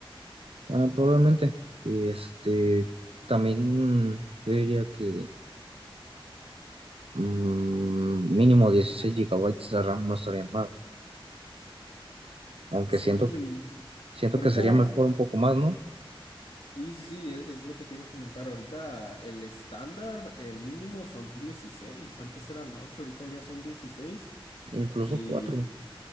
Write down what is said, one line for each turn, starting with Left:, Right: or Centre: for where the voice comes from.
Right: Ah, probablemente. Este, también yo diría que mm, mínimo 16 gigabytes de RAM no estarían mal, aunque
Left: Sí,
Right: siento, siento
Left: ahorita.
Right: que sería mejor un poco más, ¿no?
Left: Sí, sí, sí, es, es lo que te iba a comentar. Ahorita el estándar, el mínimo son dieciséis Antes eran ocho ahorita ya son dieciséis
Right: Incluso
Left: Y
Right: cuatro